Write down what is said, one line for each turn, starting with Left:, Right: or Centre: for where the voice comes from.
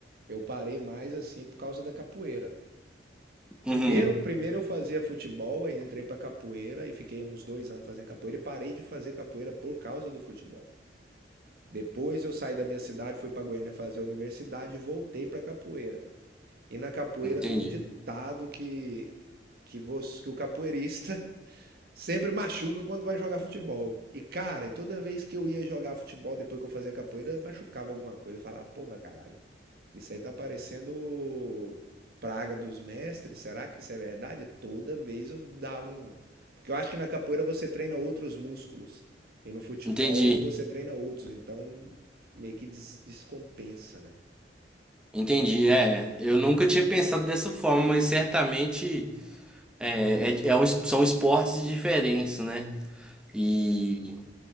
Right: eu parei mais assim por causa da capoeira.
Centre: Uhum,
Right: Primeiro, primeiro eu fazia futebol, aí entrei pra capoeira e fiquei uns dois anos fazendo capoeira e parei de fazer capoeira por causa do futebol. Depois eu saí da minha cidade, fui pra Goiânia fazer a universidade e voltei pra capoeira. E na capoeira
Centre: entendi.
Right: tem um ditado que que, você, que o capoeirista <laughs> sempre machuca quando vai jogar futebol. E cara, e toda vez que eu ia jogar futebol depois que eu fazia capoeira, machucava alguma coisa. Eu falava, "Ah, porra, caralho. Isso aí tá parecendo praga dos mestres. Será que isso é verdade? Toda vez eu dava um. Porque eu acho que na capoeira você treina outros músculos. E no futebol
Centre: Entendi.
Right: você treina outros. Então meio que des- descompensa, né?
Centre: Entendi. É, eu nunca tinha pensado dessa forma, mas certamente é, é, é um es- são esportes diferentes, né? E